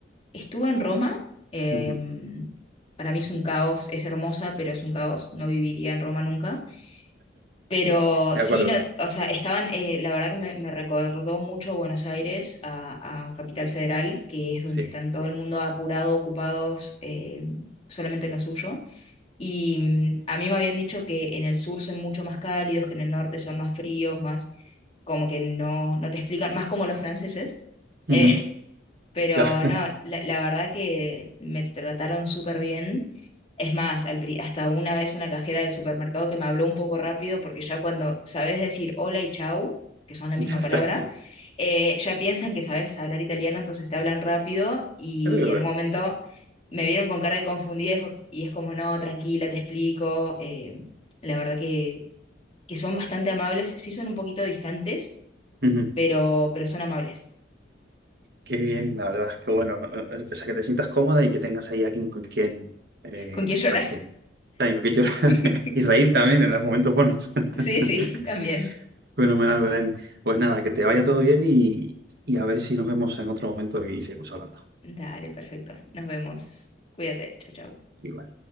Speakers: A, on the left; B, on the right.
A: estuve en Roma, em,
B: Ujú.
A: para mí es un caos, es hermosa, pero es un caos, no viviría en Roma nunca. Pero
B: De
A: sí,
B: acuerdo,
A: no, o sea, estaban, eh, la verdad que me, me recordó mucho a Buenos Aires, a, a Capital Federal, que es donde
B: sí.
A: están todo el mundo apurado, ocupados eh, solamente en lo suyo. Y mm, a mí me habían dicho que en el sur son mucho más cálidos, que en el norte son más fríos, más como que no, no te explican, más como los franceses. eh,
B: Ujú.
A: pero
B: Ya, <laughs>
A: no, la, la verdad que me trataron súper bien. Es más, al pri- hasta una vez una cajera del supermercado que me habló un poco rápido, porque ya cuando sabes decir hola y chau, que son la misma
B: ya
A: palabra,
B: está.
A: eh, ya piensan que sabes hablar italiano, entonces te hablan rápido y
B: Pero,
A: en un momento me vieron con cara de confundida y, fue- y es como, no, tranquila, te explico. Eh, la verdad que, que son bastante amables, sí son un poquito distantes,
B: Ujú.
A: pero, pero son amables.
B: Qué bien, la verdad, qué bueno. O o sea, que te sientas cómoda y que tengas ahí a quien, con quien, eh,
A: ¿Con quién llorar?
B: ¿sabes qué? También con quien llorar <laughs>
A: <laughs>
B: y reír también en los momentos buenos. <laughs>
A: Sí, sí, <laughs> también.
B: Fenomenal, Belén. Pues nada, que te vaya todo bien y, y a ver si nos vemos en otro momento y seguimos hablando.
A: Dale, perfecto. Nos vemos. Cuídate. Chau, chau.
B: Igual.